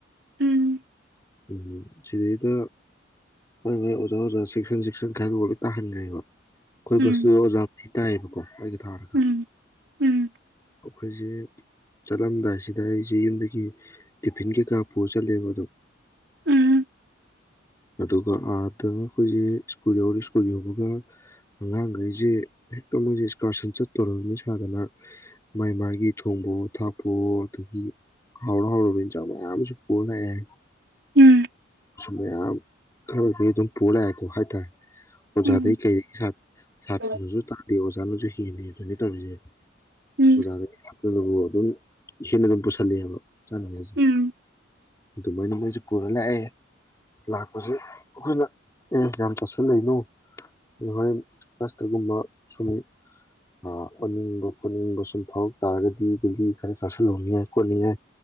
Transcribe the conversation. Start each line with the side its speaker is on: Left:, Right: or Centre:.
Right: ꯎꯝ
Left: ꯎꯝ ꯁꯤꯗꯩꯗ ꯍꯣꯏ ꯍꯣꯏ ꯑꯣꯖꯥ ꯑꯣꯖꯥ ꯁꯦꯛꯁꯟ ꯁꯦꯛꯁꯟ ꯈꯥꯏꯗꯣꯛꯑ ꯂꯣꯏ ꯇꯥꯍꯟꯈ꯭ꯔꯦꯕ ꯑꯈꯣꯢ
Right: ꯎꯝ
Left: ꯕꯁꯇꯨ ꯑꯣꯖꯥ ꯇꯥꯏꯌꯦꯕꯀꯣ ꯑꯩꯗ ꯊꯥꯔꯒ
Right: ꯎꯝ ꯎꯝ
Left: ꯑꯩꯈꯣꯏꯁꯦ ꯆꯠꯂꯝꯗꯥꯏꯁꯤꯗ ꯑꯩꯁꯦ ꯌꯨꯝꯗꯒꯤ ꯇꯤꯐꯤꯟ ꯀꯩꯀꯥ ꯄꯨꯔ ꯆꯠꯂꯦꯕ ꯑꯗꯣ
Right: ꯎꯝ
Left: ꯑꯗꯨꯒ ꯑꯥꯗ ꯑꯩꯈꯣꯏꯁꯦ ꯁ꯭ꯀꯨꯜ ꯌꯧꯔꯤ ꯁ꯭ꯀꯨꯜ ꯌꯧꯕꯒ ꯑꯉꯥꯡꯈꯩꯁꯦ ꯍꯦꯛꯇ ꯃꯣꯏꯁꯦ ꯏꯁꯀꯥꯔꯁꯟ ꯆꯠꯇꯣꯔꯝꯃꯦ ꯁꯥꯗꯅ ꯃꯥꯏ ꯃꯥꯒꯤ ꯊꯣꯡꯕꯑꯣ ꯊꯥꯛꯄꯑꯣ ꯑꯗꯒꯤ ꯍꯥꯎꯔ ꯍꯥꯎꯔꯕ ꯏꯟꯖꯥꯡ ꯃꯌꯥꯝ ꯑꯃꯁꯨ ꯄꯨꯔ ꯂꯥꯛꯑꯦ
Right: ꯎꯝ
Left: ꯃꯌꯥꯝ ꯈꯔ ꯗꯨ ꯑꯗꯨꯝ ꯄꯨꯔ ꯂꯥꯛꯑꯦꯀꯣ ꯍꯥꯏ ꯇꯥꯔꯦ ꯑꯣꯖꯥꯗꯩ
Right: ꯎꯝ
Left: ꯀꯩꯩ ꯁꯥꯇ꯭ꯔꯅꯁꯨ
Right: ꯎꯝ
Left: ꯇꯥꯗꯦ ꯑꯣꯖꯥꯅꯁꯨ ꯍꯦꯟ ꯍꯦꯟꯗꯦ ꯑꯗꯨꯅꯤ ꯇꯧꯔꯤꯁꯦ
Right: ꯎꯝ
Left: ꯑꯣꯖꯥꯒ <unintelligible> ꯑꯗꯨꯝ ꯏꯅ ꯑꯗꯨꯝ ꯄꯁꯜꯂꯛꯑꯦꯕ ꯆꯥꯅꯤꯉꯥꯏꯖꯤ
Right: ꯎꯝ
Left: ꯑꯗꯨꯃꯥꯏꯅ ꯃꯣꯏꯖꯨ ꯄꯨꯔꯂꯥꯛ ꯑꯦ ꯂꯛꯄꯁꯦ ꯑꯈꯣꯏꯅ ꯑꯦ ꯌꯥꯝ ꯆꯥꯁꯟꯂꯩꯅꯨ ꯍꯣꯔꯦꯟ ꯕꯁꯇꯥ ꯒꯨꯝꯕ ꯁꯨꯝ ꯑꯥ ꯑꯣꯅꯤꯡꯕ ꯈꯣꯠꯅꯤꯡꯕ ꯁꯨꯃ ꯐꯥꯎ ꯇꯥꯔꯒꯗꯤ ꯒꯨꯂꯤ ꯈꯔꯥ ꯆꯥꯁꯟꯂꯣꯅꯦ ꯈꯣꯠꯂꯤꯅꯦ